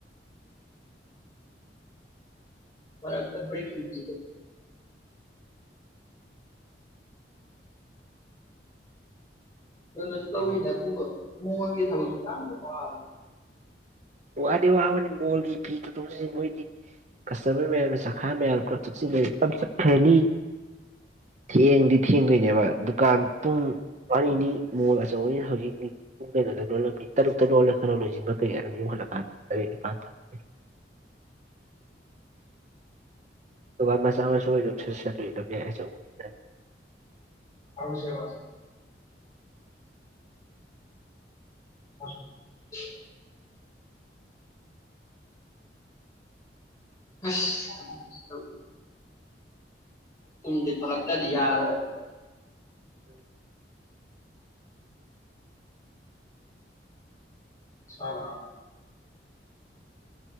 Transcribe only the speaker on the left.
ꯃꯔꯛꯇ ꯕ꯭ꯔꯦꯛꯀꯤꯡ ꯄꯤꯗꯔ꯭ꯣ ꯁꯣꯟꯗꯁꯨ ꯇꯧꯋꯤꯅꯦ ꯑꯗꯨꯝꯕ ꯃꯣꯜꯒꯤ ꯊꯕꯛꯇꯣ ꯌꯥꯝꯅ ꯋꯥꯕꯅꯦ
<unintelligible> <unintelligible> ꯍꯁ ꯀꯅꯝꯁꯨ ꯇꯧ ꯌꯨꯝꯗꯩ ꯊꯣꯛꯂꯛꯇꯗꯤ ꯌꯥꯔꯣꯢ
ꯁꯥ ꯂꯥ